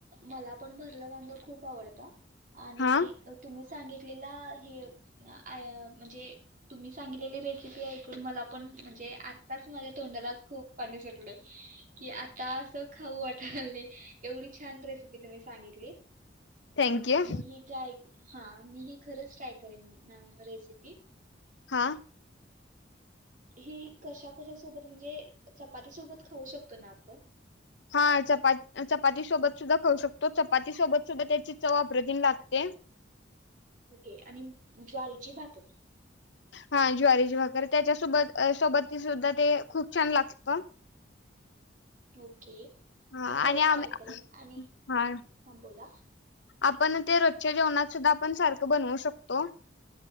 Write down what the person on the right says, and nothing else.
मला पण भरल वांग खूप आवडता आणि
तुम्ही सांगितलेला हे अ आय म्हणजे तुम्ही सांगितलेली रेसिपी ऐकून मला पण म्हणजे अँ त्याच माझ्या तोंडाला खूप पाणी सुटलंय की आता असं खाऊ वाटालय. एवढी छान रेसिपी तुम्ही सांगितली
मी ही ते ऐक हा मी ही खरंच ट्राय करेन मॅम रेसिपी.
हि कशा कशा सोबत म्हणजे चपाती सोबत खाऊ शकतो ना आपण?
ओके आणि ज्वारीची भाकरी.
ओके.
मी खरंच
ट्राय करेन आणि
हा बोला